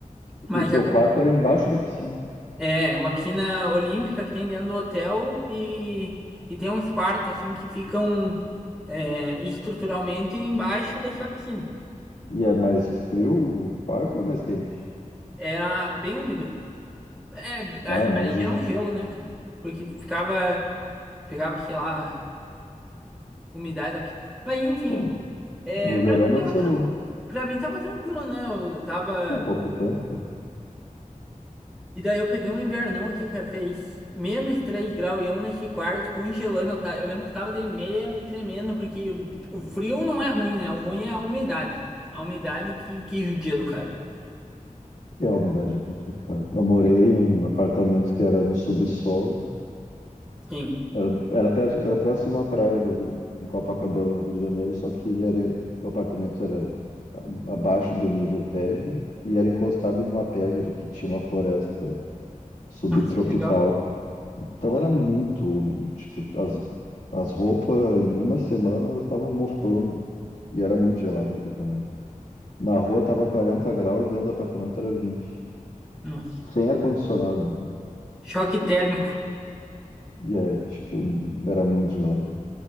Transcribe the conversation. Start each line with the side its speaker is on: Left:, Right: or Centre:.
Centre: Mas
Left: E o teu
Centre: já com-
Left: quarto era embaixo da piscina.
Centre: é uma piscina olímpica que tem dentro do hotel e, e tem uns quartos, assim, que ficam é, estruturalmente embaixo dessa piscina.
Left: E é mais frio o quarto ou é mais quente?
Centre: Era bem úmido. É, a
Left: Ah,
Centre: parede
Left: imagino.
Centre: era um gelo, né, cara? Porque ficava, pegava, sei lá, umidade da... pi- Mas, enfim,
Left: Bom,
Centre: é,
Left: no
Centre: pra
Left: verão
Centre: mim tava,
Left: deve ser
Centre: tran...
Left: bom.
Centre: pra mim tava tranquilo, né? Eu tava...
Left: É pouco tempo, né?
Centre: E daí eu peguei um invernão aqui, cara, fez menos 3 graus e eu nesse quarto congelando, tá? Eu lembro que tava de meia e tremendo, porque o frio não é ruim, né? O ruim é a umidade. A umidade que, que judia do cara.
Left: E a umidade é complicada. Eu morei em um apartamento que era no subsolo.
Centre: Sim.
Left: Era, era, perto, era próximo à praia do Rio, em Copacabana, no Rio de Janeiro, só que ele era, o apartamento era a- abaixo do nível térreo e era encostado em uma pedra que tinha uma floresta subtropical.
Centre: Nossa, legal.
Left: Então era muito úmido, tipo, as, as roupas em uma semana elas estavam mofando e era muito gelado o apartamento. Na rua tava 40 graus, dentro do apartamento era 20.
Centre: Nossa.
Left: Sem ar-condicionado,
Centre: Choque térmico.
Left: e é, tipo, era muito gelado.